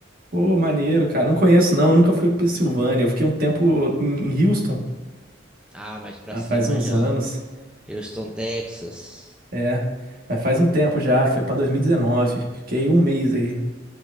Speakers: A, on the right; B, in the centre.
A: Pô, maneiro, cara. Não conheço, não. Nunca fui pra Pensilvânia. Eu fiquei um tempo em em Houston.
B: Ah, mais pra
A: Ah,
B: cima
A: faz uns
B: já.
A: anos.
B: Houston, Texas.
A: É. Mas faz um tempo já. Foi pra 2019. Fiquei um mês aí.